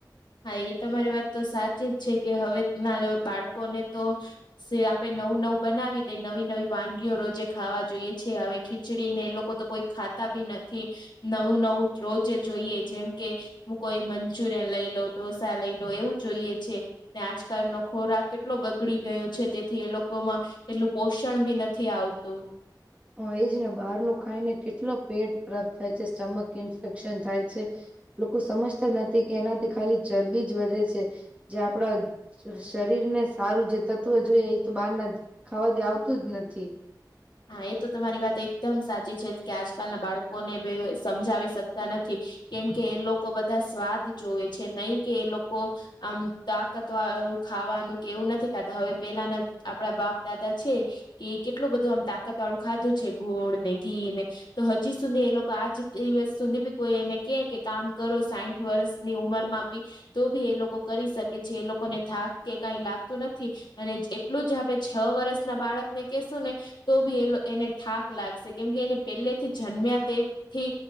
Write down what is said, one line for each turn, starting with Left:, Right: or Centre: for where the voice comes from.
Left: હા એ તમારી વાત તો સાચી જ છે કે હવે નાના બાળકોને તો સે આપે નવું નવું બનાવી દેય નવી નવી વાનગીઓ રોજે ખાવા જોઈએ છે. આવી ખીચડી ને એ લોકો તો કોઈ ખાતા બી નથી. નવું નવું રોજે જ જોઈએ જેમ કે મુ કોઈ મંચુરિયન લઈ લો ઢોસા લઈ લો એવું જોઈએ છે. ને આજકાલ ખોરાક કેટલો બગડી ગયો છે. તેથી એ લોકોમાં એટલું પોષણ બી નથી આવતું.
Right: હ એજ ને બારનુ ખાઈને કેટલો પેટ ખરાબ થાય છે સ્ટમક ઇન્ફેક્શન થાય છે. લોકો સમજતા નથી કે એનાથી ખાલી ચરબી જ વધે છે. જે આપડા શરીર ને સારું જે તત્વ જોઈએ એતો બારના ખાવાથી આવતું જ નથી.
Left: હા એ તો તમારી વાત એકદમ સાચી છે કે આજકાલના બાળકોને બી સમજાવી શકતા નથી. કેમકે એ લોકો બધા સ્વાદ જોવે છે નહીં કે એ લોકો કો અમ તાકતવાર ખાવાનું કે એવું નથી ખાતા હવે પેલાના આપડા બાપ દાદા છે કે કેટલું બધું આમ તાકાત વાળું ખાધું છે ઘોળ ને ઘી ને તો હજી સુધી એ લોકો આજ દિવસ સુધી ભી કોઈ એને કે કે કામ કરો સાઠ વર્ષ ની ઉંમર માં બી તો ભી એ લોકો કરી શકે છે એ લોકોને થાક કે કઈ લાગતું નથી અને એટલું જ આપણે છ વર્ષ ના બાળક ને કશું ને તો બી એ એને થાક લાગશે કેમકે એને પહેલેથી જન્મ્યા તેથી